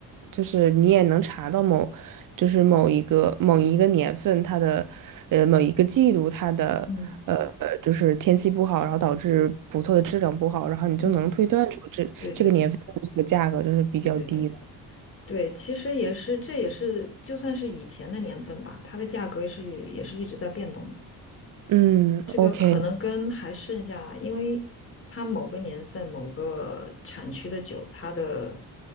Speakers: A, on the right; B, on the left.
A: 就是你也能查到某，就是某一个某一个年份它的，呃，某一个季度它的，
B: 嗯
A: 呃，就是天气不好，然后导致葡萄的质量不好，然后你就能推断出这这个年份的这个价格就是比较低的。
B: 嗯，对对对对对对对，其实也是，这也是就算是以前的年份吧，它的价格是也是一直在变动的。
A: 嗯，OK，
B: 这个可能跟还剩下，因为它某个年份、某个产区的酒，它的